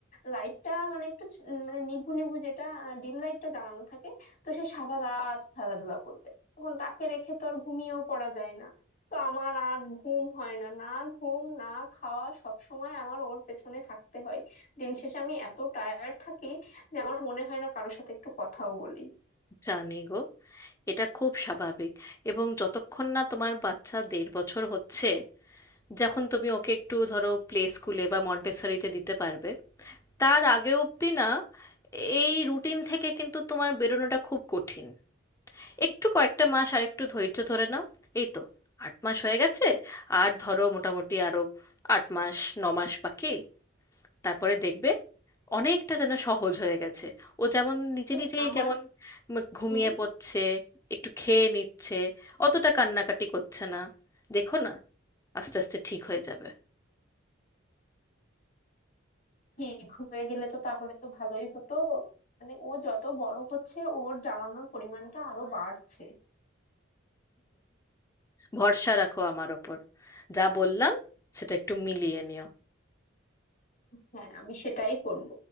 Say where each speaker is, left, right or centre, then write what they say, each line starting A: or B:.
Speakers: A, on the left; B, on the left.
A: লাইটটা মানে একটু চ- মানে নিভু নিভু যেটা ডিম লাইটটা জ্বালানো থাকে তো সে সারা রাত খেলাধুলা করবে তখন তাকে রেখে তো আর ঘুমিয়েও পড়া যায় না তো আমার আর ঘুম হয় না না ঘুম না খাওয়া সব সময় আমার ওর পেছনে থাকতে হয় দিন শেষে আমি এত টায়ার্ড থাকি যে আমার মনে হয় না কারোর সাথে একটু কথাও বলি
B: জানি গো এটা খুব স্বাভাবিক এবং যতক্ষণ না তোমার বাচ্চা দেড় বছর হচ্ছে যখন তুমি ওকে একটু ধরো প্লে স্কুলে বা মন্টেসরিতে দিতে পারবে তার আগে অবধি না এই রুটিন থেকে কিন্তু তোমার বেরোনোটা খুব কঠিন একটু কয়েকটা মাস আর একটু ধৈর্য ধরে নাও এই তো আট মাস হয়ে গেছে আর ধরো মোটামুটি আরো আট মাস ন মাস বাকি তারপরে দেখবে অনেকটা যেন সহজ হয়ে গেছে ও যেমন নিজে
A: মানে
B: নিজেই
A: আমার
B: কেমন ম- ঘুমিয়ে
A: কি
B: পড়ছে একটু খেয়ে নিচ্ছে অতটা কান্নাকাটি করছে না দেখো না আস্তে আস্তে ঠিক হয়ে যাবে
A: ঠিক হয়ে গেলে তো তাহলে তো ভালোই হতো মানে ও যত বড় হচ্ছে ওর জ্বালানোর পরিমাণটা আরো বাড়ছে
B: ভরসা রাখো আমার ওপর যা বললাম সেটা একটু মিলিয়ে নিও
A: হ্যাঁ আমি সেটাই করব